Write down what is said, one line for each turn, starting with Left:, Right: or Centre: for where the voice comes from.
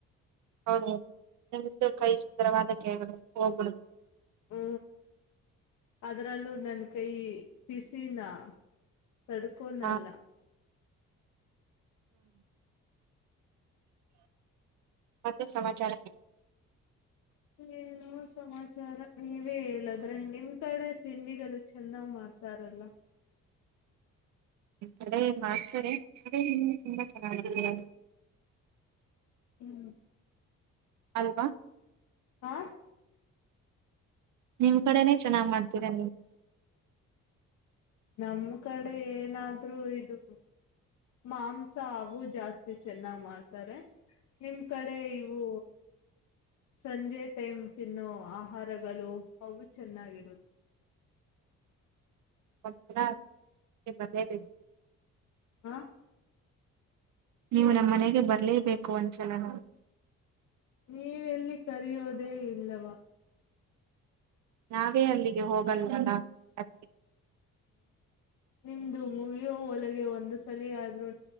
Right: <unintelligible>
Left: ಹು ಅದರಲ್ಲೂ ನನ್ನ ಕೈ ಬಿಸಿನಾ ತಡಕೊಳ್ಳಲ್ಲ
Right: ಹಾ ಮತ್ತೆ ಏನು ಸಮಾಚಾರ
Left: ಏನು ಇಲ್ಲ ಸಮಾಚಾರ ನೀವೇ ಹೇಳ್ಬೇಕು ನಿಮ್ ಕಡೆ ಎಲ್ಲ ತಿಂಡಿ ಚೆನ್ನಾಗಿ ಮಾಡುತ್ತಾರೆ
Right: ನಿಮ್ ಕಡೆ ಮಾಡ್ತಾರೆ ಅದೇ ನೀವು ತುಂಬಾ ಚೆನ್ನಾಗಿ ಮಾಡ್ತೀರಾ
Left: ಹ್ಮ್
Right: <unintelligible>
Left: ಹಾ
Right: ನಿಮ್ಮ ಕಡೆನೇ ಚೆನ್ನಾಗಿ ಮಾಡುತ್ತಾರೆ
Left: ನಮ್ ಕಡೆ ಏನಾದರೂ ಇದು ಮಾಂಸವು ಜಾಸ್ತಿ ಚೆನ್ನಾಗಿ ಮಾಡುತ್ತಾರೆ ನಿಮ್ಮ ಕಡೆಯೂ ಸಂಜೆ ಟೈಮ್ ತಿನ್ನೋ ಆಹಾರ ಗಳು ಚೆನ್ನಾಗಿರುತ್ತದೆ
Right: <unintelligible>
Left: ಹಾ
Right: ನೀವು ನಮ್ ಮನೆಗೆ ಬರಲೇಬೇಕು ಒಂದ್ಸಲನಾದರೂ
Left: ನೀ ಎಲ್ಲಿ ಕರೆದೆ ಇಲ್ಲವಾ
Right: ನಾವೇ ಅಲ್ಲಿಗೆ ಹೋಗೋದಿಲ್ಲ ಅಲ್ವಾ
Left: ನಿಮ್ಮದು ಮುಗಿದು ರೊಳಗೆ ಒಂದು ಸಾರಥಿ ಆದರೂ